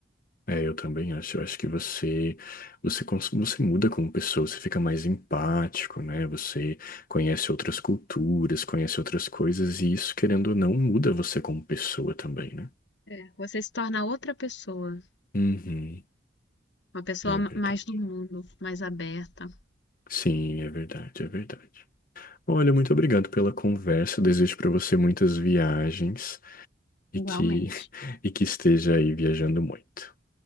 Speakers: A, on the left (about 50°); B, on the left (about 70°).
A: É, eu também acho. Eu acho que você, você, cons- você muda como pessoa, você fica mais empático, né? Você conhece outras culturas, conhece outras coisas, e isso, querendo ou não, muda você como pessoa também, né?
B: É, você se torna outra pessoa,
A: Uhum,
B: uma pessoa
A: é verdade.
B: mais do mundo, mais aberta.
A: Sim, é verdade, é verdade. Olha, muito obrigado pela conversa. Eu Desejo para você muitas viagens e
B: Igualmente.
A: que <laughs> e que esteja aí viajando muito.